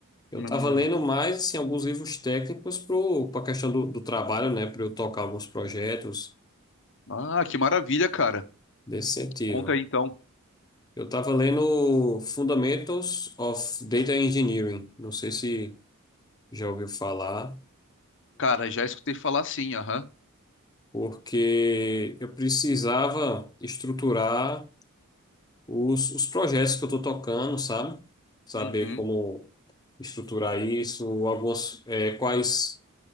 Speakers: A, on the left; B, on the left.
A: Eu
B: Hum.
A: tava lendo mais assim alguns livros técnicos pro para questão do, do trabalho, né, para eu tocar alguns projetos
B: Ah, que maravilha, cara.
A: desse sentido.
B: Conta aí então.
A: Eu tava lendo Fundamentals of Data Engineering. Não sei se já ouviu falar.
B: Cara, já escutei falar sim, aham.
A: porque eu precisava estruturar os, os projetos que eu estou tocando, sabe? Saber
B: Uhum,
A: como estruturar isso, algumas, eh, quais,